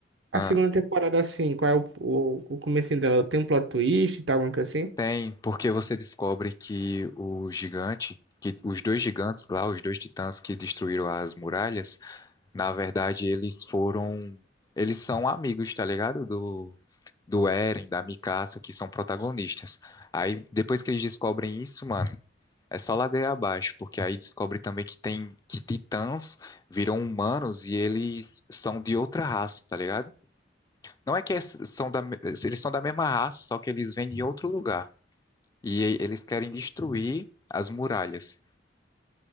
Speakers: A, on the right; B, on the left.
A: a
B: Ah.
A: segunda temporada, assim, qual é o, o, o comecinho dela? Tem um plot twist e tal, alguma coisa assim?
B: Tem, porque você descobre que o gigante, que os dois gigantes lá, os dois titãs que destruíram as muralhas, na verdade eles foram, eles são amigos, tá ligado? Do, do Eren, da Mikasa, que são protagonistas. Aí depois que eles descobrem isso, mano, é só ladeira abaixo, porque aí descobre também que tem, que titãs viram humanos e eles são de outra raça, tá ligado? Não é que é- são da, me- eles são da mesma raça, só que eles vêm de outro lugar e e- eles querem destruir as muralhas,